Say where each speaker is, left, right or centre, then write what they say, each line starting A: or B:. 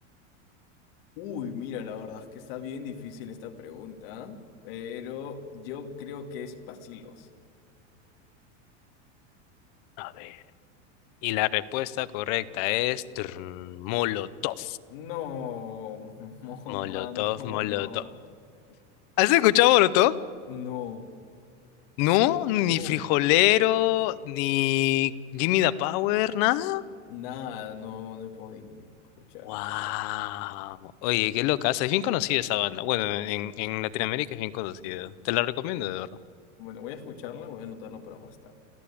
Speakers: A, on the left (about 50°); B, on the left (about 35°).
A: Uy, mira, la verdad es que está bien difícil esta pregunta, pero yo creo que es bacilos.
B: A ver. Y la respuesta correcta es trrn, Molotov.
A: No, <laughs> no,
B: Molotov,
A: man, cómo
B: Molotov.
A: no.
B: ¿Has escuchado Molotov?
A: No,
B: No, ni
A: no.
B: Frijolero, ni Gimme the Power, nada.
A: Nada, no, no he podido escuchar.
B: Wow. Oye, qué locaza. Es bien conocida esa banda. Bueno, en, en Latinoamérica es bien conocida. Te la recomiendo, de verdad.
A: Bueno, voy a escucharla, voy a anotarla para más tarde.